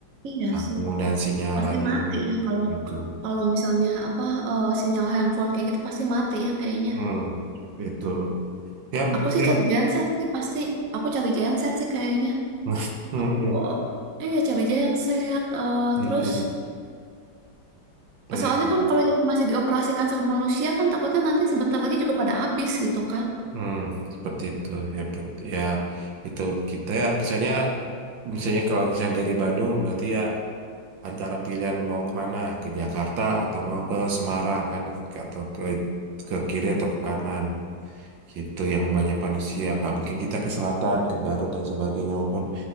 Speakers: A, on the right; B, on the right.
A: Iya
B: ah,
A: sih.
B: penggunaan sinyal
A: Pasti
B: radio
A: mati
B: gitu.
A: ya kalau
B: Gitu.
A: kalau misalnya apa eh, sinyal handphone kayak gitu pasti mati ya kayaknya.
B: Hmm, itu ya
A: Aku sih
B: ya
A: cari genset sih pasti. Aku cari genset sih kayaknya.
B: <laughs> Hmm,
A: Aku
B: hmm,
A: eh, iya cari genset eh,
B: gitu.
A: terus
B: Betul
A: Soalnya
B: ya.
A: kan kalau yang masih dioperasikan sama manusia kan takutnya nanti sebentar lagi juga pada habis gitu kan.
B: Hmm, seperti itu ya bet- ya itu kita ya misalnya misalnya kalau misalnya dari Bandung berarti ya antara pilihan mau kemana ke Jakarta atau mau ke Semarang kan ke- atau ke ke kiri atau ke kanan gitu yang banyak manusia nggak mungkin kita ke selatan ke Garut dan sebagainya walaupun